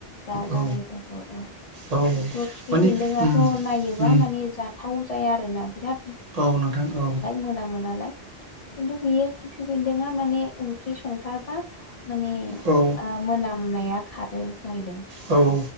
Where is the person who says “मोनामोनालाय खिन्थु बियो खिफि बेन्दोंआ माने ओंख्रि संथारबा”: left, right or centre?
Left